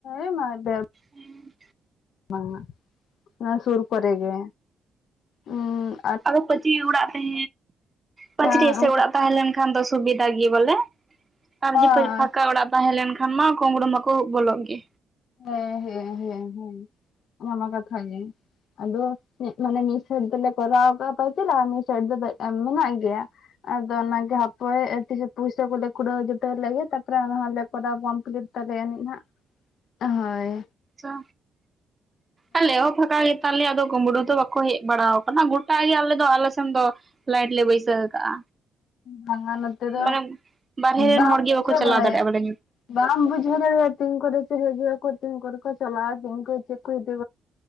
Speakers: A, on the left; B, on the right.
A: ᱮᱻ <unintelligible>
B: ᱦᱩᱸ᱾
A: ᱵᱟᱝ ᱢᱟ ᱚᱱᱟ ᱥᱩᱨ ᱠᱚ ᱨᱮ ᱜᱮ ᱩᱸᱜ
B: ᱟᱫᱚ ᱯᱟᱹᱪᱤ ᱚᱲᱟᱜ ᱨᱮ ᱯᱟᱹᱪᱨᱤ
A: ᱦᱮᱸ
B: ᱮᱥᱮᱜ
A: ᱩᱱᱠᱩ
B: ᱚᱲᱟᱜ ᱛᱟᱦᱮ ᱞᱮᱱ ᱠᱷᱟᱱ ᱫᱚ ᱥᱩᱵᱤᱛᱟ ᱜᱮᱭᱟ ᱵᱚᱞᱮ ᱟᱨ
A: ᱦᱮᱸ
B: ᱡᱤᱯᱟᱹ ᱯᱷᱟᱸᱠᱟ ᱚᱲᱟᱜ ᱛᱟᱦᱮᱸ ᱞᱮᱱ ᱠᱷᱟᱱ ᱢᱟ ᱠᱩᱢᱲᱩ ᱢᱟ ᱠᱚ ᱵᱚᱞᱚᱜ ᱜᱮ᱾
A: ᱦᱮᱸ ᱦᱮᱸ ᱦᱮᱸ ᱦᱮᱸ ᱚᱱᱟ ᱢᱟ ᱠᱟᱛᱷᱟ ᱜᱮ᱾ ᱟᱫᱚ ᱮᱸᱜ ᱢᱟᱱᱮ ᱢᱤᱜ ᱥᱟᱭᱤᱴ ᱫᱚᱞᱮ ᱠᱚᱨᱟᱣ ᱠᱟᱜ-ᱟ <unintelligible> ᱟᱨ ᱢᱤᱜ ᱥᱟᱭᱤᱴ ᱫᱚ ᱢᱮᱱᱟᱜ ᱜᱮᱭᱟ᱾ ᱟᱫᱚ ᱚᱱᱟ ᱜᱮ ᱦᱟᱯᱳᱭ ᱛᱤᱥ ᱯᱩᱭᱥᱟᱹ ᱠᱚᱞᱮ ᱠᱩᱰᱟᱹᱣ ᱡᱩᱴᱟᱹᱣ ᱞᱮᱜᱮ ᱛᱟᱨᱯᱚᱨᱮ ᱟᱨᱚ ᱦᱟᱸᱜ ᱞᱮ ᱠᱚᱨᱟᱣ ᱠᱚᱢᱯᱤᱞᱤᱴ ᱛᱟᱞᱮ ᱭᱟᱱᱤᱜ ᱦᱟᱸᱜ᱾ ᱚᱦᱚᱭ᱾
B: ᱪᱟ ᱟᱞᱮ ᱦᱚᱸ ᱯᱷᱟᱠᱟ ᱜᱮ ᱫᱚ ᱠᱩᱢᱵᱩᱲᱩ ᱫᱚ ᱵᱟᱠᱚ ᱦᱮᱡ ᱵᱟᱲᱟ ᱟᱠᱟᱱᱟ ᱜᱚᱴᱟᱜ ᱜᱮ ᱟᱞᱮ ᱫᱚ ᱟᱞᱮ ᱥᱮᱱ ᱫᱚ᱾ ᱞᱟᱭᱤᱴ ᱞᱮ ᱵᱟᱹᱭᱥᱟᱹ ᱠᱟᱜᱼᱟ᱾
A: ᱵᱟᱝᱟ ᱱᱚᱛᱮ ᱫᱚ
B: ᱢᱟᱱᱮ ᱵᱟᱨᱦᱮ ᱨᱮᱱ
A: ᱵᱟᱢ
B: ᱦᱚᱲ ᱜᱮ
A: ᱵᱩᱡᱷᱟᱹᱣ
B: ᱵᱟᱠᱚ ᱪᱟᱞᱟᱣ
A: ᱫᱟᱲᱮᱭᱟᱜ
B: ᱫᱟᱲᱮᱭᱟᱜᱼᱟ ᱵᱟᱞᱮ
A: ᱵᱟᱢ ᱵᱩᱡ ᱫᱟᱲᱭᱟ ᱟ ᱛᱤᱱ ᱠᱚᱨᱮ ᱦᱤᱡᱩᱜ ᱛᱤᱱ ᱠᱚᱨᱮ ᱪᱟᱞᱟᱜ ᱟᱠᱚ ᱩᱱᱠᱩ ᱠᱚ᱾ <inaudible> ᱤᱫᱤ